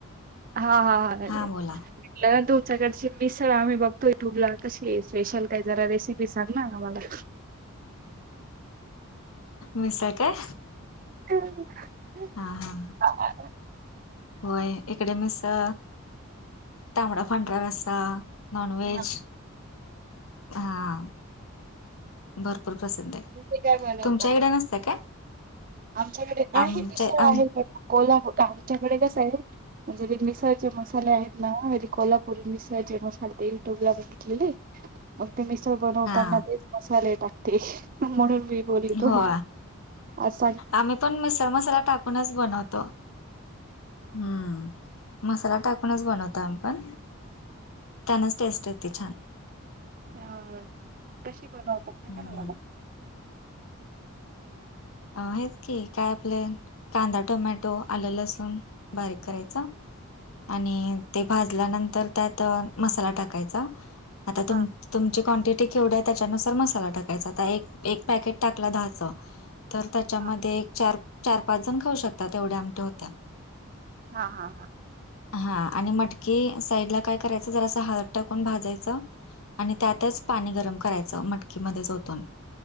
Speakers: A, on the right (about 40°); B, on the left (about 75°).
A: हा हा हा अरे
B: बोला
A: तुमच्याकडची मिसळ आम्ही बघतो युट्यूबला कशी स्पेशल काही जरा रेसिपी सांग ना आम्हाला
B: मीस काय
A: हम्
B: हा हा होय एकडेमसा तांबडा फांडर असा नॉन वहेज
A: हा
B: हां भरपूर प्रेझंट आहे
A: तुम्ही काय बनवताय?
B: तुमच्या इड नसत काय
A: आमच्याकडे आहे
B: आमच्या
A: मििक्सर
B: आम
A: आहे कोल्हापूर आमच्याकडे कस आहे म्हणजे ते मििक्सर जे मसाले आहेत नारी कोल्हापुरी मिस जे मसाले ते युट्यूबला बघितलेले मग ते मिसळ बनवताना
B: हा
A: तेच मसाले टाकते म्हणून मी बोलली तू
B: हो
A: अस
B: आम्ही पण मिसळ मसाला टाकूनच बनवतो हम्म मसाला टाकूनच बनवतो पण त्यांनाच टेस्ट येते छान
A: हा,, कशी बनवता सांगा
B: हम्म
A: ना मला?
B: अ हेच की, काय प्लनऽ कांदा टोमॅटो, आलं लसूण, बारीक करायचा. आणि,, ते भाजल्यानंतर त्यात, मसाला टाकायचा, आता
A: हा
B: तुमऽ तुमची क्वांटिटी केवढी आहे त्याच्यानुसार मसाला टाकायचा, आता एक, एक पॅकेट टाकला दहाचं. तर त्याच्यामध्ये,
A: हा
B: चार चार पाच जण खाऊ शकतात, एवढ्या आमट्या होत्या.
A: हा हा हा,,
B: हा,, आणि मटकी साईडला काय करायचं, जरा असं हळद टाकून भाजायचं. आणि त्यातच पाणी गरम करायचं मटकीमध्ये झोतून